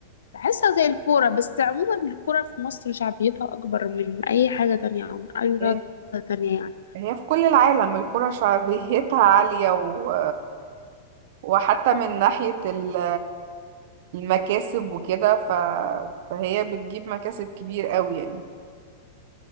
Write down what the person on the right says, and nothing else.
هي
هي في كل العالم الكرة شعبيتها <laughs> عالية و... وحتى من ناحية ال- المكاسب وكده ف... فهي بتجيب مكاسب كبير قوي يعني